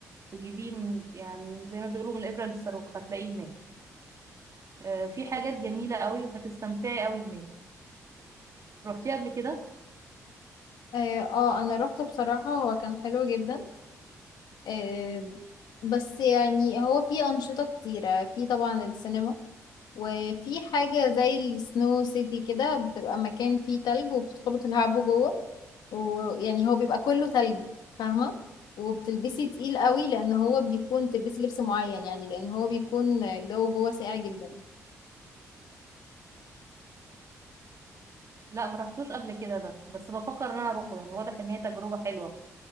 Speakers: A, on the right; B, on the left.
A: تجيبيه من- يعني زي ما بيقولوا من الإبرة للصاروخ هتلاقيه هناك آه، في حاجات جميلة قوي وهتستمتعي قوي هناك رحتيه قبل كده؟
B: اه آه، انا روحته بصراحه هو كان حلو جدا آه، بس يعني هو فيه انشطه كتيره فيه طبعا السينما وفي حاجة زي السنو سيتي كده بتبقى مكان فيه تلج وبتدخلوا تلعبوا جوه ويعني هو بيبقى كله تلج فاهمة وبتلبسي تقيل قوي لأن هو بيكون تلبسي لبس معين يعني لأن هو بيكون الجو جوه ساقع جدا
A: لا ما رحتوش قبل كده ده بس بفكر ان انا اروحه يعني واضح ان هي تجربة حلوة